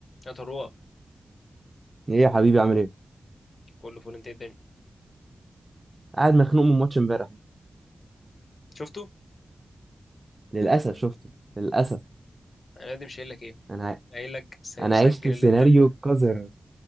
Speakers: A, on the left; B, on the right.
A: يا طروه
B: ايه يا حبيبي عامل ايه؟
A: كله فول انت إيه الدنيا
B: قاعد مخنوق من ماتش امبارح
A: شفته
B: للاسف شفته للاسف
A: انا قاعد مش قايل لك ايه
B: انا ع-
A: قايل لك سيسجل
B: انا عشت سيناريو
A: الانتر
B: قذر